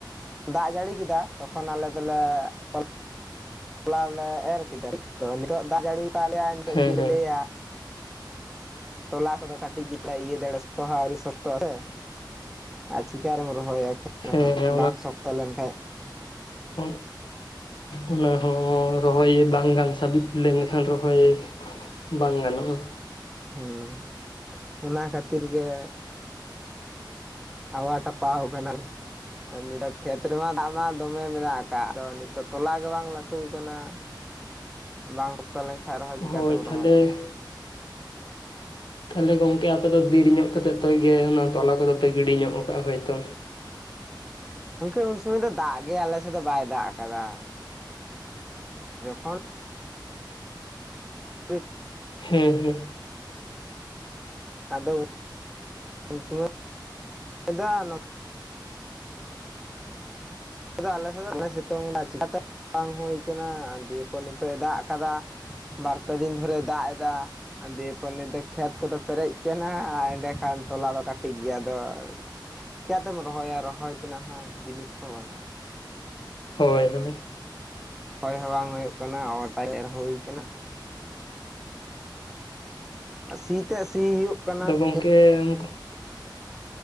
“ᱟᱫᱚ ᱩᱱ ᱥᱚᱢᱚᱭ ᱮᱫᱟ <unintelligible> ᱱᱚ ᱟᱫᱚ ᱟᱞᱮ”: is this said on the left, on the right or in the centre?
Centre